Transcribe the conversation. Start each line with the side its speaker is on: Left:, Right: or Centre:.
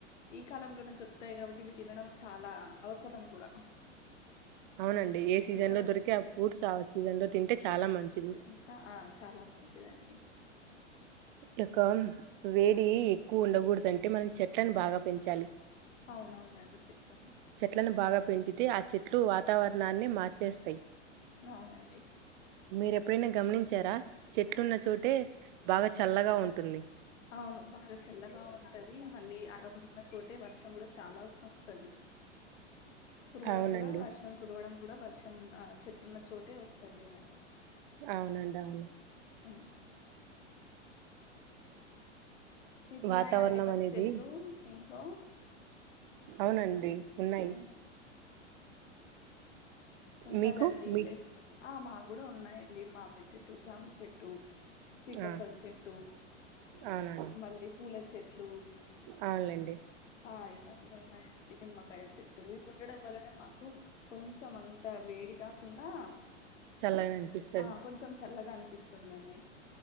Left: ఈ కాలంలోనే దొరుకుతాయి కాబట్టి ఇవి తినడం చాలా అవసరం కూడా
Right: అవునన్ ఏ సీజన్
Left: ఎందుకంటే
Right: లో దొరికే ఆ ఫ్రూట్స్ ఆ సీజన్ లో తింటే చాలా మంచిది
Left: తింటా ఆ చాలా మంచిదండి
Right: యొక్కం వేడి ఎక్కువ ఉండకూడదు అంటే మనం చెట్లని బాగ్ పెంచాలి
Left: అవునవునండి చెట్లని
Right: చెట్లను బాగా పెంచితే ఆ చెట్లు వా వాతావరణాన్ని మార్చేస్తాయి
Left: అవునండి
Right: మీరు ఎప్పుడైనా గమనించారా చెట్లున్న చోటే బాగా చల్లగా ఉంటుంది
Left: అవును బాగా చల్లగా ఉంటది మళ్ళీ అడవులున్ చోటే వర్షం కూడా చాలా వస్తది కురవడం
Right: అవునండి
Left: కూడా వర్షం కురవడం కూడా వర్షం ఆ చెట్లున్న చోటే వస్తది కదా
Right: అవునండి అవును
Left: ఉ మీకున్నాయా
Right: వాతావరణం
Left: అండి మరి
Right: అనేది
Left: చెట్లు ఇంట్లో
Right: అవునండి ఉన్నాయి
Left: ఉమ్ ఉండాలండి
Right: మీకు మీ
Left: లేక్ ఆ మా కూడా ఉన్నాయన్ డి మామిడి చెట్టు జామ చెట్టు సీతఫల్
Right: ఆ
Left: చెట్టు
Right: అవునండి
Left: మళ్ళీ పూల చెట్లు
Right: అవునులేండి
Left: ఆ ఇవన్నీ ఉన్నాయి నిమ్మకాయ చెట్టు ఇవి ఉండడం వల్లనే మాకు కొంచెం అంత వేడి కాకుండా
Right: చల్లగానే అనిపిస్తది
Left: ఆ కొంచెం చల్లగా అని పిస్తుందండి